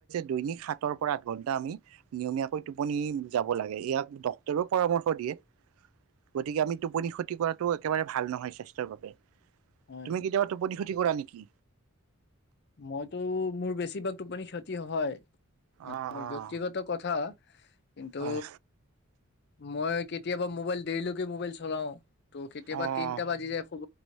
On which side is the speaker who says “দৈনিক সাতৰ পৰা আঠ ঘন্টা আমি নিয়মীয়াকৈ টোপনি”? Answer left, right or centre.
Right